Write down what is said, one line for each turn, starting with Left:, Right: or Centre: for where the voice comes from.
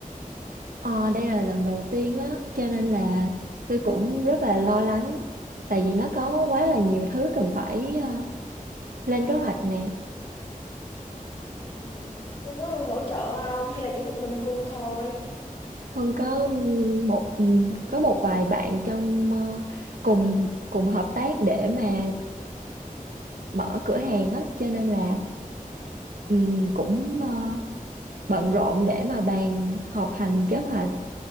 Right: Ờ, đây là lần đầu tiên á cho nên là tôi cũng rất là lo lắng tại vì nó có quá là nhiều thứ cần phải ờ, lên kế hoạch nè
Left: Ừ, Hương có người hỗ trợ không hay là chỉ một mình Hương thôi?
Right: Hương có ừm, một ừm, có một vài bạn trong ờ, cùng cùng hợp tác để mà mở cửa hàng á cho nên là ừm, cũng ờ, bận rộn để mà bàn họp hành kế hoạch.